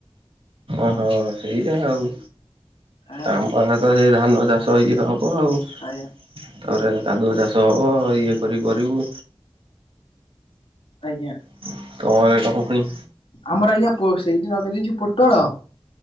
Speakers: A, on the right; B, on the left.
A: ଓହୋ ସେଇଆ ଆଉ।
B: ଆଁ
A: ଆମ ଆଡେ ତ ସେଇ ଧାନ ଚାଷ ଇଏ ହବ ଆଉ।
B: ଆଜ୍ଞା।
A: ତାପରେ କାଦୁଅ ଚାଷ ହବ ଇଏ କରି କରିବୁ।
B: ଆଜ୍ଞା।
A: <unintelligible> ଫୁଣୀ
B: ଆମର ଆଜ୍ଞା ସେଇଠି ନଗେଇଦେଇଚୁ ପୋଟଳ